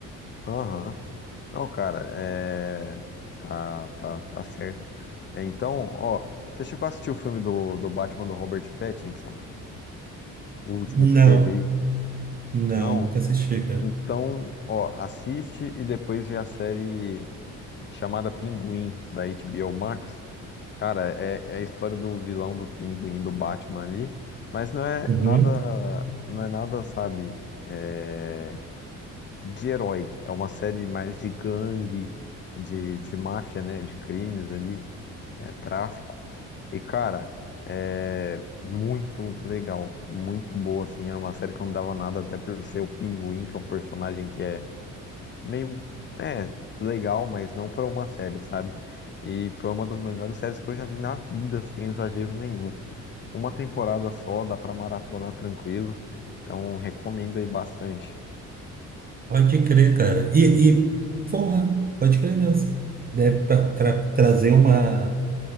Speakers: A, on the left (about 35°); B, on the right (about 25°).
A: aham. Não, cara, é... tá, tá, tá certo. É, então, ó, você chegou a assistir o filme do, do Batman do Robert Pattinson? O último
B: Não,
A: que teve aí?
B: não,
A: Não?
B: nunca assisti, cara.
A: Então, ó, assiste e depois vê a série chamada Pinguim, da HBO Max. Cara, é, é a história do vilão do Pinguim, do Batman ali, mas não é
B: Uhum.
A: nada, não é nada, sabe, é, de herói. É uma série mais de gangue, de, de máfia, né? De crimes ali, é, tráfico. E, cara, é muito legal, muito boa, assim. Era uma série que eu não dava nada, até por ser o Pinguim, que é um personagem que é meio, é, legal, mas não pra uma série, sabe? E foi uma das melhores séries que eu já vi na vida, sem exagero nenhum. Uma temporada só, dá pra maratonar tranquilo. Então, recomendo aí bastante.
B: Pode crer, cara. E, e porra, pode crer mesmo. Deve tra- tra- trazer uma,